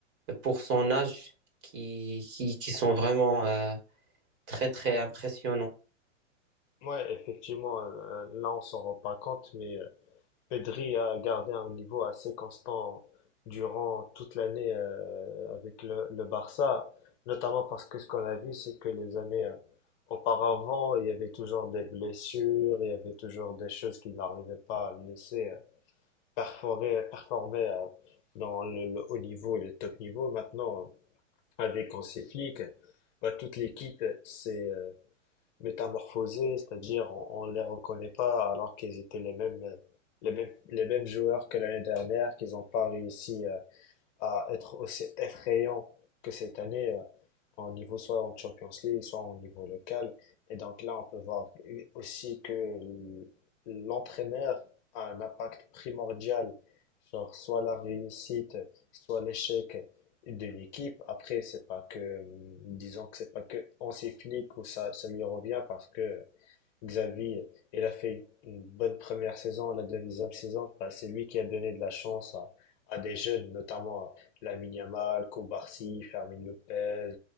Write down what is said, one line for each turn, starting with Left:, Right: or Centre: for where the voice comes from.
Right: pour son âge qui, qui, qui sont vraiment euh, très, très impressionnants.
Left: Ouais, effectivement, euh, là on s'en rend pas compte, mais euh, Pedri a gardé un niveau assez constant durant toute l'année euh, avec le, le Barça, notamment parce que ce qu'on a vu, c'est que les années euh, auparavant, il y avait toujours des blessures, il y avait toujours des choses qu'il n'arrivait pas à laisser euh, perforer, performer euh, dans le, le haut niveau et le top niveau. Maintenant, avec Hansi Flick, bah, toute l'équipe s'est euh, métamorphosés, c'est-à-dire on, on les reconnaît pas alors qu'ils étaient les mêmes euh, les mêmes les mêmes joueurs que l'année dernière qu'ils n'ont pas réussi euh, à être aussi effrayant que cette année euh, en niveau soit en Champions League, soit en niveau local. Et donc là, on peut voir aussi que l- l'entraîneur a un impact primordial sur soit la réussite, soit l'échec d'une équipe. Après, c'est pas que, euh, disons que c'est pas que Hansi Flick ou ça, ça lui revient parce que Xavi, il a fait une bonne première saison, la deuxième saison, bah, c'est lui qui a donné de la chance à, à des jeunes, notamment à Lamine Yamal, Koubarsi, Fermin Lopez,